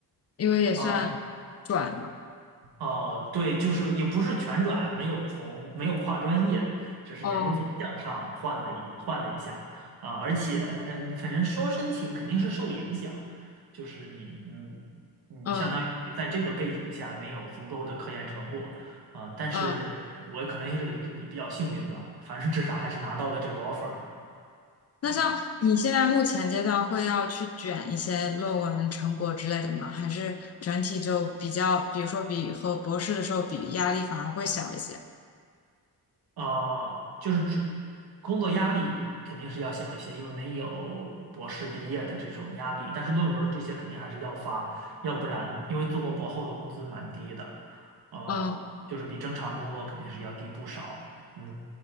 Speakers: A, on the left; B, on the right.
A: 因为也算转嘛。
B: 啊，呃，对，就是也不是全转，没有从没有跨专业，只是研究方向上换了一换了一下啊、
A: 哦，
B: 而且呃，你反正说申请肯定是受影响，就是你嗯，你相当于你在这个背景下没有足够的科研成果啊、
A: 嗯
B: 但是我可能也是有点比较幸运吧，
A: 嗯
B: 反正至少还是拿到了这个 offer
A: 那像你现在目前阶段会要去卷一些论文成果之类的吗？
B: 啊、
A: 还是整体就比较，比如说比和博士的时候比，压力反而会小一些？
B: 啊、就是指工作压力肯定是要小一些，因为没有博士毕业的这种压力，但是论文这些肯定还是要发，要不然因为做过博后的工资蛮低的，呃，
A: 嗯，
B: 就是比正常工作肯定是要低不少。嗯，